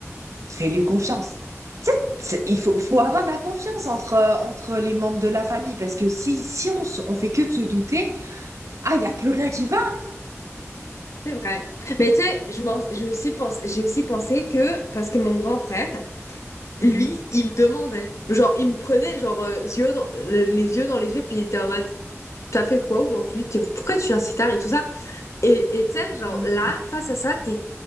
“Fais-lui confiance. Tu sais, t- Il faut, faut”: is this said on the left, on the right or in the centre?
Right